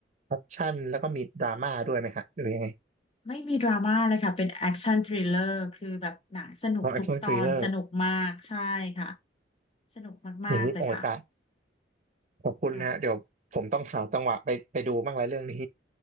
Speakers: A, on the right; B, on the left.
A: แอคชั่นแล้วก็มีดราม่าด้วยไหมฮะหรือยังไง
B: ไม่มีดราม่าเลยค่ะเป็นแอคชั่นทริลเลอร์คือแบบหนังสนุกทุกตอนสนุกมากใช่ค่ะ
A: อ๋อแอคชั่นทริลเลอร์
B: สนุกมากๆเลยค่ะ
A: อย่างนี้โอ้ยตายขอบคุณนะฮะเดี๋ยวผมต้องหาจังหวะไปไปดูบ้างแล้วเรื่องนี้
B: ค่ะ